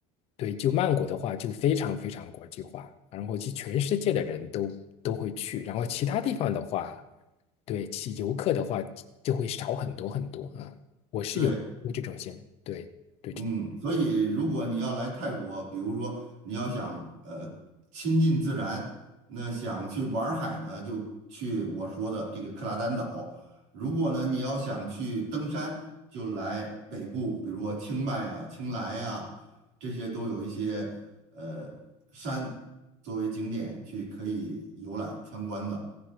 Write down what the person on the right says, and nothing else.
对，
嗯，所以如果你要来泰国，比如说你要想呃亲近自然，那想去玩儿海呢，就去我说的这个克拉丹岛；如果呢你要想去登山，就来北部，比如说清迈啊、清莱啊，这些都有一些呃山作为景点去可以游览参观的。